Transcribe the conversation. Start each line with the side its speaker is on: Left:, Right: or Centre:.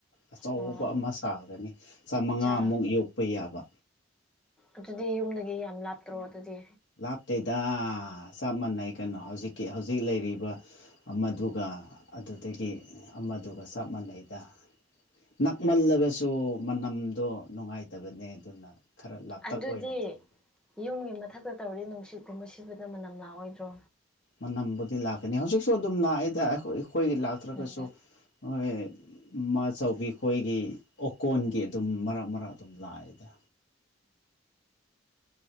Left: ꯑꯆꯧꯕ
Centre: ꯑꯣ
Left: ꯑꯃ ꯁꯥꯒꯅꯤ ꯆꯥꯝꯃꯉꯥꯃꯨꯛ
Centre: ꯑꯠꯆꯥ
Left: ꯌꯣꯛꯄ ꯌꯥꯕ
Centre: ꯑꯗꯨꯗꯤ ꯌꯨꯝꯗꯒꯤ ꯌꯥꯝ ꯂꯥꯞꯇ꯭ꯔꯣ ꯑꯗꯨꯗꯤ
Left: ꯂꯥꯞꯇꯦꯗ ꯆꯞ ꯃꯥꯟꯅꯩ ꯀꯩꯅꯣ ꯍꯧꯖꯤꯛꯀꯤ ꯍꯧꯖꯤꯛ ꯂꯩꯔꯤꯕ ꯑꯃꯗꯨꯒ ꯑꯗꯨꯗꯒꯤ ꯑꯃꯗꯨꯒ ꯆꯞ ꯃꯥꯟꯅꯩꯗ ꯅꯛꯃꯜꯂꯒꯁꯨ ꯃꯅꯝꯗꯣ ꯅꯨꯡꯉꯥꯏꯇꯕꯅꯦ ꯑꯗꯨꯅ ꯈꯔ ꯂꯥꯞꯇꯛ
Centre: ꯑꯗꯨꯗꯤ
Left: ꯑꯣꯏꯅ ꯇꯧꯕꯗꯣ
Centre: ꯌꯨꯝꯒꯤ ꯃꯊꯛꯇ ꯇꯧꯔꯤ ꯅꯨꯡꯁꯤꯠꯀꯨꯝꯕ ꯁꯤꯕꯗ ꯃꯅꯝ ꯂꯥꯛꯑꯣꯏꯗ꯭ꯔꯣ
Left: ꯃꯅꯝꯕꯨꯗꯤ ꯂꯥꯛꯀꯅꯤ ꯍꯧꯖꯤꯛꯁꯨ ꯑꯗꯨꯝ ꯂꯥꯛꯑꯦꯗ ꯑꯩꯈꯣꯏ ꯂꯥꯛꯇ꯭ꯔꯒꯁꯨ
Centre: ꯎꯝ
Left: ꯍꯣꯏ ꯃꯥꯆꯧꯕꯤ ꯑꯩꯈꯣꯏꯒꯤ ꯑꯣꯀꯣꯟꯒꯤ ꯑꯗꯨꯝ ꯃꯔꯛ ꯃꯔꯛ ꯑꯗꯨꯝ ꯂꯥꯛꯑꯦꯗ